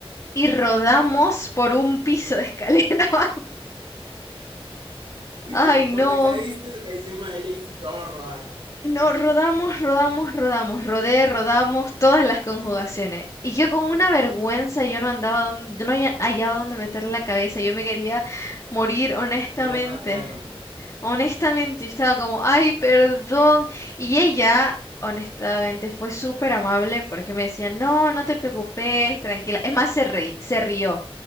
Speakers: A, on the left; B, on the right.
A: y rodamos por un piso de escalera. <laughs>
B: <laughs>
A: Ay,
B: Cuando
A: no.
B: te caíste, te caí encima de ella y todo rodar.
A: No, rodamos, rodamos, rodamos, rodé, rodamos, todas las conjugaciones. Y yo con una vergüenza, yo no andaba donde, yo no halla- hallaba dónde meter la cabeza, yo me quería morir honestamente.
B: Tierra te hágame.
A: Honestamente, yo estaba como, ay, perdón. Y ella, honestamente, fue súper amable porque me decía, no, no te preocupes, tranquila. Es más, se reí, se rió.